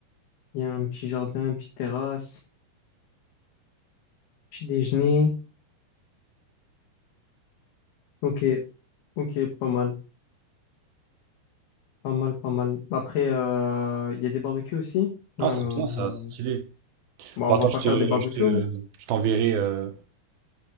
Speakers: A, on the left (about 85°); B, on the right (about 75°).
A: Il y a un petit jardin, une petite terrasse, petit déjeuner. Ok, ok, pas mal, pas mal, pas mal. Après, euh, il y a des barbecues aussi. Ouais, ben,
B: Ah, c'est bien, ça,
A: on...
B: c'est stylé.
A: Bon,
B: Bon,
A: on
B: attends,
A: va pas
B: je
A: faire
B: te,
A: des barbecues.
B: je te,
A: hein.
B: je t'enverrai, euh,